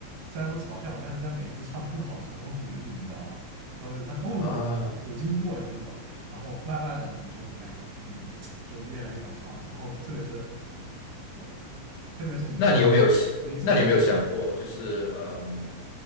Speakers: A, on the right (about 85°); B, on the left (about 80°).
A: 虽然说嘲笑我，但是在每一次唱的更好的时候，他们会鼓励，你知道吗？然后他哦有
B: 啊。
A: 有进步啊，有进步啊。然后慢慢的你就感觉嗯，就越来越敢唱了。然后特别是对，特别是你去
B: 那你有没有是？
A: V 什么
B: 那你有没有想过，就是嗯，